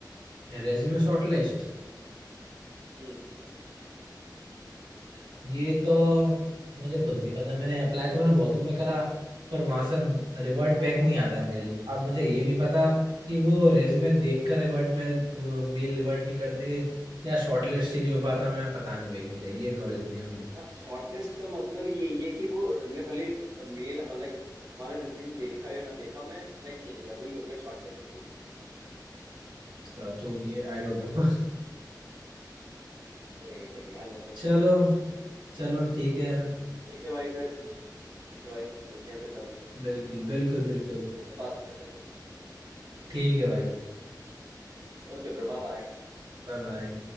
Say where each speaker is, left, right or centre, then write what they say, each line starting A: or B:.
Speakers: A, on the right; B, on the right.
A: है रेज्यूमे शॉर्ट लिस्ट
B: हम्म
A: ये तो मुझे खुद नहीं पता मैंने अप्लाई तो मैंने बहुतों में करा पर वहां से रिवर्ट
B: हाँ
A: बैक
B: हाँ
A: नहीं आता है मेल अब मुझे ये नहीं पता
B: ओके
A: कि वो रेज्यूमे देख कर रिवर्ट मेल मेल रिवर्ट नहीं करते या शॉर्टलिस्ट ही नहीं हो पाता मैं पता नहीं भाई मुझे ये नॉलेज नहीं है मुझे
B: शॉर्टलिस्ट का मतलब यही है कि वो ने भले मेल मतलब हमारा रिज्यूम देखा या ना देखा मैं सिलेक्ट नहीं किया वही हो गया शॉर्टलिस्ट भाई
A: तो जो भी है आई डोंट नो
B: कोई नहीं कोई नहीं यार
A: <laughs>
B: वो तो
A: चलो
B: ठीक है बट
A: चलो ठीक है
B: ठीक है भाई फिर ठीक है भाई मिलते हैं फिर कभी
A: बिल्कुल बिल्कुल बिल्कुल
B: फिर से बात करते हैं तुम मेरे साथ
A: ठीक है भाई
B: Okay bro bye bye
A: Bye bye